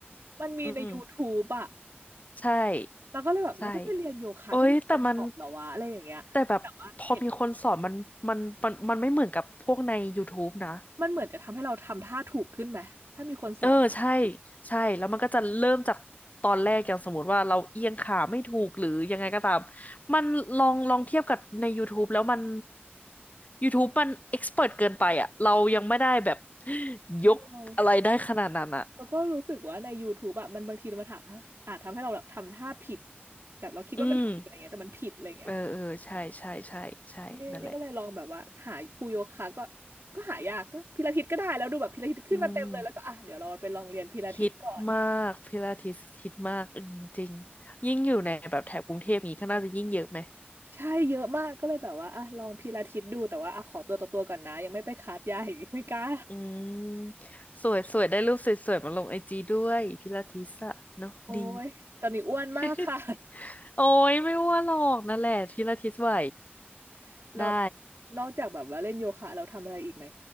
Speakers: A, on the right; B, on the left.
A: มันมีใน
B: อืม
A: YouTube อ่ะ
B: ใช่
A: เราก็เลยแบบเราจะไปเรียนโยคะจะมีคนสอนเหรอวะอะไรอย่างเงี้ยแต่ว่าเห็น
B: ใช่โอ้ยแต่มันแต่แบบพอมีคนสอนมันมันมันมันไม่เหมือนกับพวกใน YouTube นะ
A: มันเหมือนจะทำให้เราทำท่าถูกขึ้นไหมถ้ามีคนสอน
B: เออใช่ใช่แล้วมันก็จะเริ่มจากตอนแรกอย่างสมมติว่าเราเอียงขาไม่ถูกหรือยังไงก็ตามมันลองลองเทียบกับใน YouTube แล้วมัน YouTube มันเอ็กซ์เพิร์เกินไปอ่ะเรายังไม่ได้แบบ
A: เออเรา
B: ยกอะไรได้ขนาดนั้นอ่ะ
A: เราก็รู้สึกว่าในย o ท t บ e อะมันบางทีมันถามอาจทำให้เราแบบทำท่าผิดแบบเราคิดว่ามันถูกอะไรเงี้ยแต่มันผิดอะไรเงี้ย
B: อืมเออเออใช่ใช่ใช่ใช่นั่นแหละ
A: นี่นี่ก็เลยลองแบบว่าหาครูโยคะก็ก็หายากก็พิลาทิสก็ได้แล้วดูแบบพิลาทิสขึ้นมาเต็มเลยแล้วก็อ่ะเดี๋ยวเราไปลองเรียนพิลาทิสก่อน
B: อืมฮิตมากพิลาทิสฮิตมากอืมจริงยิ่งอยู่ในแบบแถบกรุงเทพนี้ก็น่าจะยิ่งเยอะไหม
A: ใช่เยอะมากก็เลยแบบว่าอ่ะลองพิลาทิสดูแต่ว่าอ่ะขอตัวต่อตัวก่อนนะยังไม่ไปคลาสใหญ่ <laughs> ไม่กล้า
B: อืมสวยสวยได้รูปสวยๆมาลงไอจีด้วยพิลาทิสอะเนาะดี
A: โอ้ยตอนนี้อ้วนมากค่ะ
B: <laughs> โอ้ยไม่ว่าหรอกนั่นแหละพิลาทิสไหว
A: <laughs> เรา
B: ได้
A: นอกจากแบบว่าเล่นโยคะเราทำอะไรอีกไหม